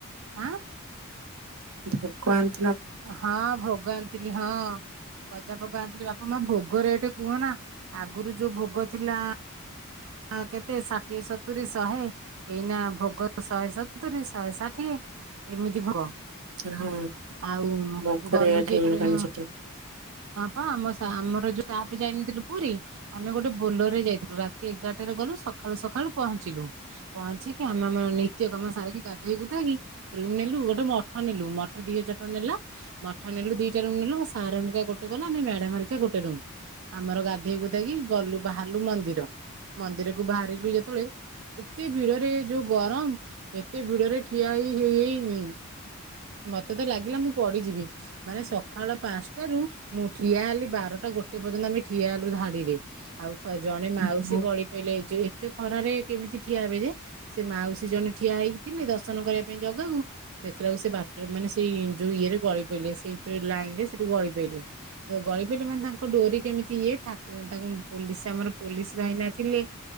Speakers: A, on the right; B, on the right.
A: ଆଁ!
B: ଭୋଗ ଆଣ
A: ହଁ ଭୋଗ ଆଣିଥିଲି ହଁ। ଗଜାଭୋଗ ଆଣିଥିଲି ବାପା ମା ଭୋଗ ରେଟ କୁହନା ଆଗରୁ ଯୋଉ ଭୋଗ ଥିଲା ହଁ କେତେ ଷାଠିଏ ସତୁରୀ ଶହେ ଏଇନା ଭୋଗ ଶହେ ସତୁରୀ ଶହେ ଷାଠିଏ ଏମିତି ଭୋଗ।
B: ହଁ
A: ଆଉ
B: ଭୋଗ
A: ଗଲୁ
B: ରେଟ
A: ଯେ
B: ହେଇଗଲାଣି
A: ଥରେ ହଁ
B: ସେଠି
A: ପା ଆମ ସା ଆମର ଯୋଉା ଷ୍ଟାପ ଯାଇନଥିଲୁ ପୁରୀ ଆମେ ଗୋଟେ ବୋଲରେ ଯାଇଥିଲୁ ରା ତି ଏଗାରଟାରେ ଗଲୁ ସଖାଳୁ ସଖାଳୁ ପହଞ୍ଚିଲୁ ପହଞ୍ଚି କି ଆମେ ଆମର ନିତ୍ୟକର୍ମ ସାରିକି ଗାଧେଇ ଗୁ ଇକି ରୁମ୍ ନେଲୁ ଗୋଟେ ମଠ ନେଲୁ ମଠ ଦି ହଜାର ଟଙ୍କା ନେଲା ମଠ ନେଲୁ ଦିଟା ରୁମ୍ ନେଲୁ ସାର ହେରିକା ଗୋଟେ ଗଲା ଆମେ ମ୍ୟାଡାମ ହେରିକା ଗୋଟେ ରୁମ୍ ଆମର ଗାଧେଇ ଗୁଧାକି ଗଲୁ ବାହାରିଲୁ ମନ୍ଦିର ମନ୍ଦିରକୁ ବାହାରିଲୁ ଯେତେବେଳେ ଏତେ ଭିଡରେ ଯୋଉ ଗରମ ଏତେ ଭିଡରେ ଠିଆ ହେଇ ହେଇ ଉଁ ମତେ ତ ଲାଗିଲା ମୁଁ ପଡିଯିବି ମାନେ ସଖାଳ ପାଞ୍ଚଟାରୁ ମୁଁ ଠିଆ ହେଲି ବାରଟା ଗୋଟେ ପର୍ଯ୍ୟନ୍ତ ଆମେ ଠିଆ ହେଲୁ ଧାଡିରେ ଆଉ ଜଣେ ମାଉସୀ
B: ଓହୋ
A: ଗଳି ପାଇଲେ ଏ ଯେ ଏତେ ଖରାରେ କେମିତି ଠିଆ ହେବେ ଯେ ସେ ମାଉସୀ ଜଣ ଠିଆ ହେଇଥିଲେ ଦର୍ଶନ କରିବା ପାଇଁ ଜଗାକୁ ଦେଖିଲାକୁ ସେ ବାଟରେ ମାନେ ସେଇ ଯୋଉ ଇଏରେ ଗଳି ପଇଲେ, ସେଇ ଯୋଉ ଲାଇନ ରେ ସେଠୁ ଗଳି ପଇଲେ ଗଳି ପଇଲେ ମାନେ ତାଙ୍କ ଡୋରି କେମିତି ଇଏ ତାଙ୍କୁ ପୋଲିସ ଆମର ପୋଲିସ ଭାଇନା ଥିଲେ